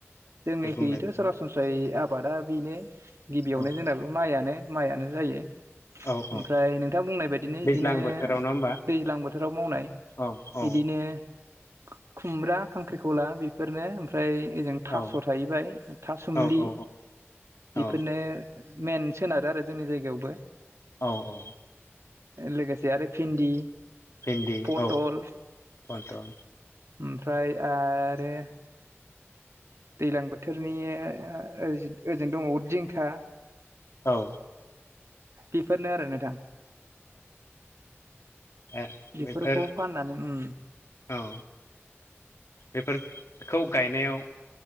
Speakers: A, on the right; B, on the left.
A: जोंनिखैयैथ'
B: दे बुंलाय बिदिनो
A: सरासन ओमफ्राय आबादा बेनो गिबियावनो
B: औ
A: जोंनाबो माइआानो माइआानो जायो।
B: औ
A: ओमफ्राय
B: औ
A: नोंथां बुंनाय बाय दिनो बिदिनो
B: दैज्लां बोथोराव नङा होमबा
A: दैज्लां बोथोराव मावनाय
B: औ औ
A: बिदिनो खु खुमब्रा खांख्रिखला बे फोरनो ओमफ्राय ओजों थास'
B: औ
A: थाहैबाय थासुमलि
B: औ औ
A: बेफोरनो
B: औ
A: मेन सोनारो आरो जोंनि जायगायावबो।
B: औ औ
A: लोगोसे आरो भिन्दि,
B: भिन्दि
A: पटल
B: औ पटल
A: ओमफ्राय आरो दैज्लां बोथोरनि ओ ओजों दङ जिंखा
B: औ
A: बेफोरनो आरो नोंथां।
B: ओ
A: बेफोरखौ
B: बेफोर
A: फाननानै उम
B: औ बेफोर खौ गायनायाव